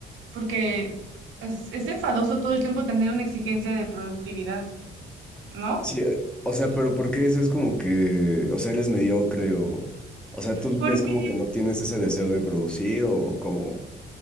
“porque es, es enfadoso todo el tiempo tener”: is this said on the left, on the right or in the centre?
Right